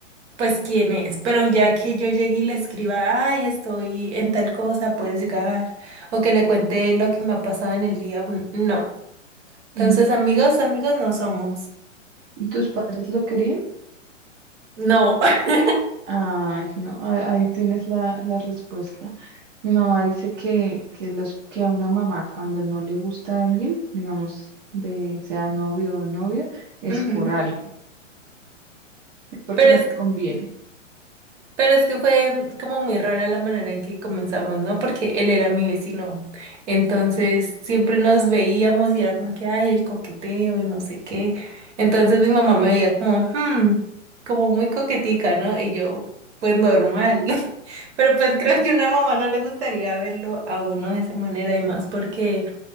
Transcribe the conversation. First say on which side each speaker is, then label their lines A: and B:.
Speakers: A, on the right; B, on the right.
A: pues quién es, pero ya que yo llegue y le escriba, ay, estoy en tal cosa, puedes llegar, o que le cuente lo que me ha pasado en el día, no.
B: no.
A: Entonces, amigos, amigos no somos.
B: ¿Y tus padres lo querían?
A: No, <laughs>
B: Ay, no, a- ahí tienes la, la respuesta. Mi mamá dice que, que, los, que a una mamá cuando no le gusta a alguien, digamos, de, sea novio o novia, es
A: Ujú.
B: por algo, es porque
A: Pero
B: no
A: es,
B: te conviene.
A: pero es que fue como muy rara la manera en que comenzamos, ¿no? Porque él era mi vecino. Entonces, siempre nos veíamos y era como que, ay, el coqueteo y no sé qué. Entonces, mi mamá me veía como, hmm, como muy coquetica, ¿no? Y yo, pues normal. <laughs> Pero pues creo que a una mamá no le gustaría verlo a uno de esa manera y más porque,